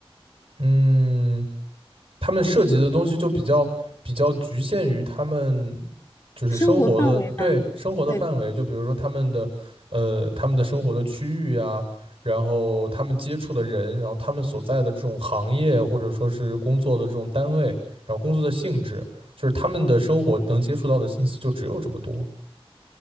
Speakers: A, on the right; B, on the left.
A: 嗯，他们涉及的东西就比较比较局限于他们就是生活的，
B: 生活范围吧。
A: 对，生活的范围，
B: 对，
A: 就比如说他们的呃他们的生活的区域啊，然后他们接触的人，然后他们所在的这种行业或者说是工作的这种单位，然后工作的性质，就是他们的生活能接触到的信息就只有这么多。